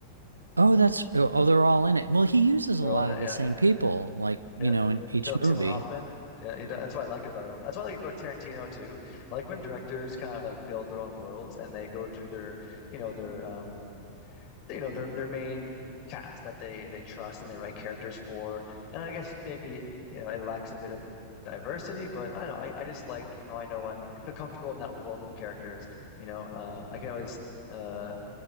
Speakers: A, on the right; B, on the left.
A: Oh, that's oh, oh, they're all in it. Well, he uses a
B: They're
A: lot
B: all in it.
A: of the
B: Yeah,
A: same people, like, you
B: yeah.
A: know, in each
B: Philip
A: movie.
B: Seymour Hoffman. Yeah, he- that's what I like about him. That's what I like about Tarantino too. I like when directors kind of like build their own worlds and they go to their, you know, their um you know their their main cast that they they trust and they write characters for. And I guess maybe you know it lacks a bit of diversity, but I don't know. I, I just like how I know I'm I feel comfortable in that world of characters. You know, uh, I can always uh,